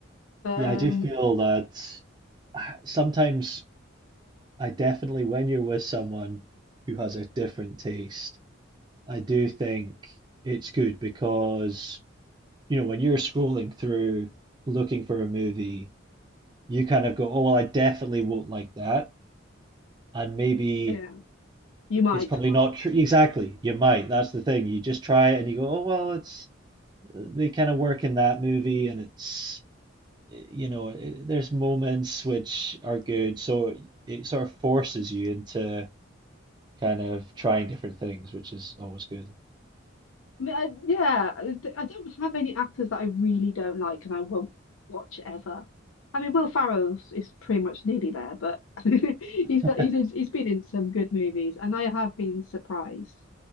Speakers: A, on the left; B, on the right.
A: But
B: Yeah,
A: um
B: I do feel that uh, sometimes I definitely, when you're with someone who has a different taste, I do think it's good because, you know, when you're scrolling through looking for a movie, you kind of go, oh, well, I definitely won't like that. And maybe
A: yeah, you might.
B: it's probably not true. Exactly. You might. That's the thing. You just try it and you go, oh, well, it's, they kind of work in that movie and it's, you know, it- there's moments which are good. So it sort of forces you into, kind of trying different things, which is always good.
A: I mean, I, yeah, I d- I don't have any actors that I really don't like and I won't watch ever. I mean, Will Ferrell's is pretty much nearly there, but <laughs> he's
B: <laughs>
A: got he's in- he's been in some good movies, and I have been surprised,